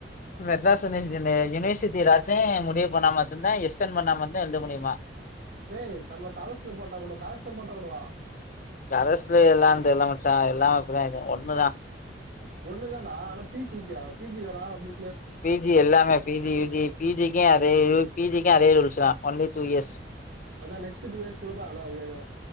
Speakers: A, on the left; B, on the right.
A: மெட்ராஸ் யுனிவர்சிட்டின யுனிவர்சிட்டிராச்சுமுடிவு பண்ணா மட்டுதா எஸ்டன் பண்ணா மட்டுதா எழுத முடியுமா
B: லே நம்ம கரஸ்த்ல போட்டா கூட கரஸ்த்துல போட்டா கூடவா
A: கரஸ்சுல எல்லா தெர்ல மச்சா எல்லா இப்பதா ஒண்ணுதா
B: ஒண்ணு தான்டா ஆனா பீச்சிக்கா பீச்சிக்கடா அப்டி
A: பி ஜி எல்லாமே பி ஜி யு ஜி பிஜிக்கு அதே ரூல் பிஜிக்கு அதே ரூல்ஸ் தா ஒன்லி டூ இயர்ஸ்
B: அதா நெக்ஸ்ட் டூ இயர்ஸ் குடுப்பாகல அது கேக்குற